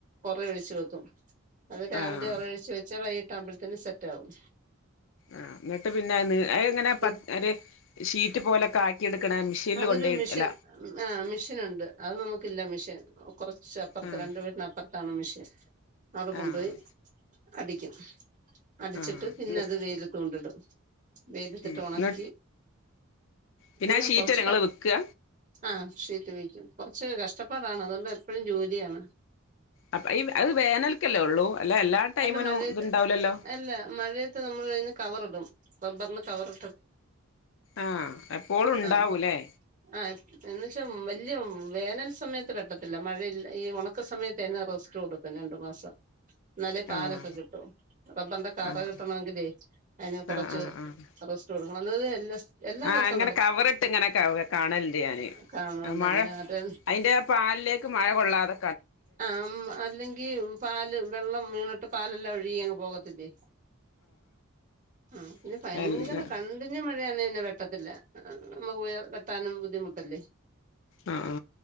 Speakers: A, on the right; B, on the left.
A: ഒറ ഒഴിച്ചു വെക്കും. അത് രാവിലെ
B: ആഹ്
A: ഒറഴ്ച് വെച്ച വൈകിട്ട് ആവുമ്പോത്തിനു സെറ്റാവും.
B: ആഹ് ന്നിട്ട് പിന്നയ്ന്ന് അഇങ്ങനെ
A: പി
B: പ ഒരു ഷീറ്റ് പോലൊക്കാ ക്ക്ണ മിഷീനിൽ
A: അതൊരു
B: കൊണ്ടോയി
A: മിഷൻ
B: അല്ല
A: ആഹ് മിഷനുണ്ട് അത് നമുക്കില്ല മിഷെൻ കൊറച്ച് അപ്പുറത്ത്
B: ആഹ്
A: രണ്ട് വീട്ടിന്നപ്പുറത്താണ് മെഷ്യൻ അവിടെ കൊണ്ടോയി
B: ആഹ്
A: അടിക്കും അടിച്ചിട്ട്
B: ആഹ്
A: പിന്നത്
B: എന്നി
A: വെയിലത്തൊണ്ടിടും. വെയിലത്തിട്ട്
B: ഉം
A: ഒണക്കി
B: എന്നി പിന്നെ
A: ആഹ്
B: ആ ഷീറ്റല്ലേ
A: കൊറച്ച്
B: നിങ്ങള്
A: പെ
B: വിൽക്കുക
A: ആ ഷീറ്റ് വെയ്ക്കും. കൊറച്ച് കഷ്ടപ്പാടാണ് അതോണ്ട് എപ്പഴും ജോലിയാണ്.
B: അപ് ഈ അത് വേനൽക്കല്ലേ ഉള്ളൂ അല്ല എല്ലാ ടൈമിനും
A: അല്ല മഴയത്ത്
B: ഇത്ണ്ടാവില്ലല്ലോ?
A: അല്ല മഴയ ത്ത് നമ്മളഴിന് കവറിടും റബ്ബറിന് കവറു
B: ആഹ് എപ്പോളുണ്ടാവൂല്ലേ?
A: ആഹ് ആഹ് എന്നുവച്ചൽ വല്ല്യ വേനൽ സമയത്ത് വെട്ടത്തില്ല. മഴയില് ഈ ഒണക്ക സമയത്തയ്ന് റസ്റ്റ് കൊട് പിന്നെ രണ്ടു മാസം ഇന്നാലെ പാലൊക്കെ
B: ആഹ്
A: കിട്ടൊ റബ്ബർന്റെ കറ
B: ആഹ്
A: കിട്ടണെങ്കിലെ അയ്ന് കൊറച്ച്
B: ആഹ് ആഹ് ആഹ്
A: റെസ് തുടങ്ങണംത് എല്ല എല്ലാ
B: ആഹ്
A: ദിവസം
B: അങ്ങനെ കവറിട്ട് ഇങ്ങനെ കാണലണ്ട് ഞാന്
A: കാണുന്നുണ്ടല്ലേ
B: മഴ
A: അത്
B: അതിന്റെ ആ പാലിലേക്ക് മഴ കൊള്ളാതെ
A: അം അല്ലെങ്കിൽ പാല് വെള്ളം വീണിട്ട് പാലെല്ലാം ഒഴുകിയങ് പോകത്തില്ലേ ആ ഇത്
B: ആഹ്
A: ഭയങ്കര കണ്ട കടിഞ്ഞ മഴയന്ന തന്നെ വെട്ടത്തില്ല നമുക്ക് വെട്ടാനും ബുദ്ധിമുട്ടല്ലേ
B: ആ ആ